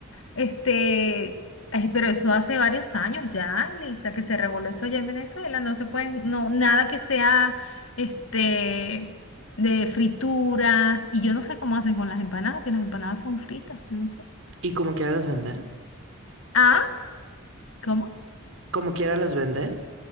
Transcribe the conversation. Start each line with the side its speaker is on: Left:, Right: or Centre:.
Left: este, ay, pero eso hace varios años ya, Lisa, que se reguló eso allá en Venezuela. No se pueden, no, nada que sea, este, de fritura. Y yo no sé cómo hacen con las empanadas, si las empanadas son fritas, yo no sé.
Right: Y como quiera las venden.
Left: Ah, ¿cómo?
Right: Como quiera las venden.